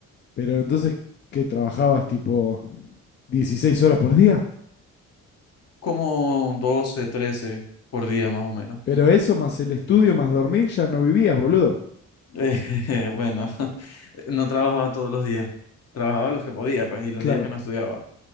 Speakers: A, on the left; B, on the left.
A: Pero entonces, ¿qué trabajabas tipo 16 horas por día?
B: Como doce 13 por día más o menos.
A: Pero eso más el estudio más dormir ya no vivías, boludo.
B: Eh, <laughs> bueno, <laughs> no trabajaba todos los días. Trabajaba los que podía, pues, y los
A: Claro.
B: días que no estudiaba.